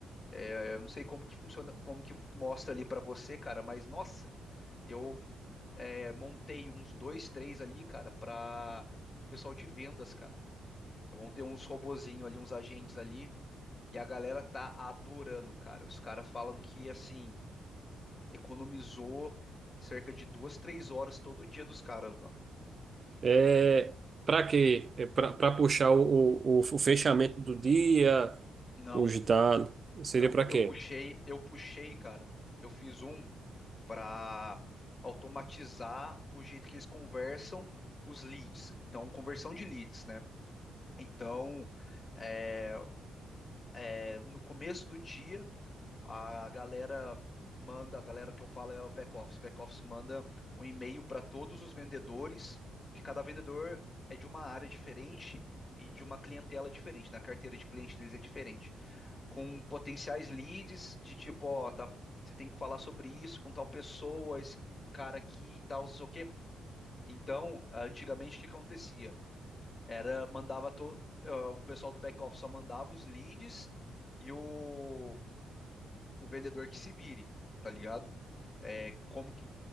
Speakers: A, on the left; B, on the right.
A: É, eu não sei como que funciona, como que mostra ali pra você, cara, mas nossa, eu é, montei uns dois, três ali, cara, para pessoal de vendas, cara. Eu montei uns robozinho ali, uns agentes ali, e a galera tá adorando, cara. Os caras falam que, assim, economizou cerca de duas, três horas todo dia dos caras, mano.
B: É, para quê? É para puxar o, o, o o fechamento do dia,
A: Não,
B: os dados. Seria
A: eu,
B: para
A: eu
B: quê?
A: puxei, eu puxei, cara. Eu fiz um para automatizar o jeito que eles conversam os leads. Então, conversão de leads, né? Então, é, é, no começo do dia, a galera manda, a galera que eu falo é o back office. Back office manda um e-mail para todos os vendedores, que cada vendedor é de uma área diferente e de uma clientela diferente, na carteira de cliente deles é diferente. com potenciais leads de tipo, ó, tá, você tem que falar sobre isso com tal pessoa, esse cara aqui e tal, não sei o quê. Então, antigamente o que acontecia? Era, mandava to, ah, o pessoal do back-office só mandava os leads e o, o vendedor que se vire, tá ligado? É, como que,